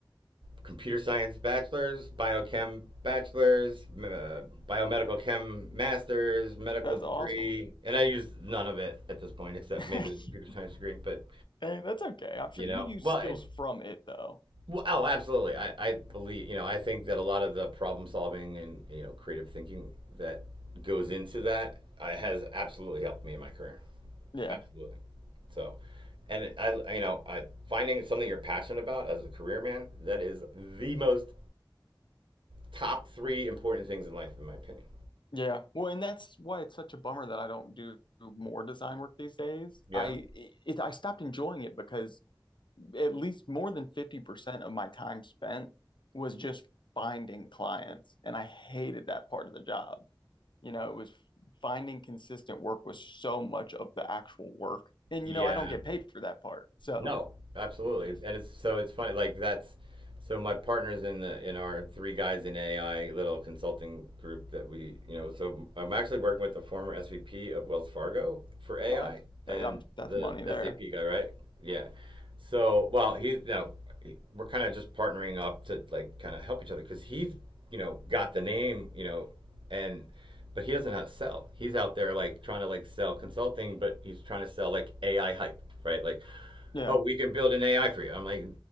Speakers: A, on the right (about 75°); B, on the left (about 70°).
A: Computer Science Bachelor's, Biochem Bachelor's, m- uh, Biomedical Chem Master's, medical
B: that's
A: degree,
B: awesome.
A: and I use none of it at this point except
B: <laughs>
A: maybe the computer science degree. But
B: Hey, that's okay. I'm sure
A: you
B: you
A: know,
B: use
A: well,
B: skills
A: it,
B: from it though.
A: well, oh, absolutely. I, I believe, you know, I think that a lot of the problem solving and you know creative thinking that goes into that uh, has absolutely helped me in my career.
B: Yeah.
A: Absolutely. So, and I, you know, I, finding something you're passionate about as a career man, that is the most top three important things in life, in my opinion.
B: Yeah. Well, and that's why it's such a bummer that I don't do more design work these days.
A: Yeah.
B: I it, I stopped enjoying it because at least more than 50% of my time spent was just finding clients and I hated that part of the job. You know, it was finding consistent work was so much of the actual work. And
A: Yeah,
B: you know, I don't get paid for that part. So,
A: No, absolutely.
B: it just
A: And it's so it's funny like that's so my partners in the in our three guys in AI little consulting group that we, you know, so I'm actually working with the former SVP of Wells Fargo for AI
B: nice. Uh,
A: and
B: I'm, that's
A: the
B: money there.
A: SAP guy, right? Yeah. So, well, he's you know, he- we're kind of just partnering up to like kind of help each other because he's, you know, got the name, you know, and but he doesn't know how to sell. He's out there like trying to like sell consulting, but he's trying to sell like AI hype, right? Like
B: Yeah.
A: oh, we can build an AI for you. I'm like,